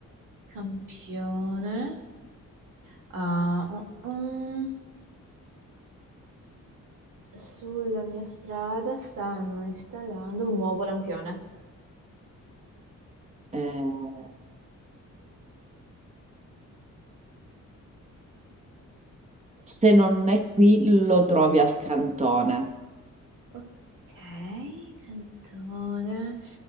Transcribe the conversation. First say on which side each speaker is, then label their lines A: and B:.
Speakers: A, on the right; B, on the right.
A: Campione. Ah, ah, ah. Sulla mia strada stanno installando un nuovo lampione.
B: Eh, se non è qui, lo trovi al cantone.
A: Ok, cantone.